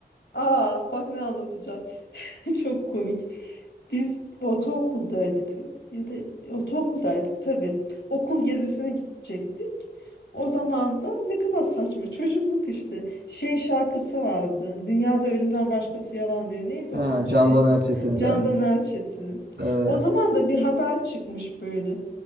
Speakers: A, on the left; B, on the right.
A: Aa bak ne anlatacağım. <laughs> Çok komik. Biz ortaokuldaydık. Ya da ortaokuldaydık tabii. Okul gezisine gidecektik. O zaman da ne kadar saçma. Çocukluk işte. Şey şarkısı vardı. Dünyada ölümden başkası yalan diye. Neydi
B: Ha,
A: o şey?
B: Candan Erçetin'den.
A: Candan Erçetin'in.
B: Evet.
A: O zaman da bir haber çıkmış böyle.